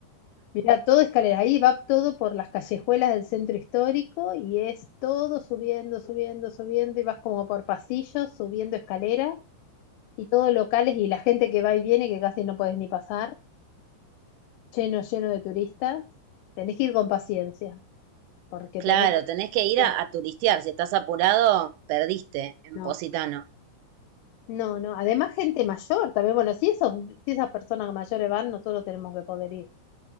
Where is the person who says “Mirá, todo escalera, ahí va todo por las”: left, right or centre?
Left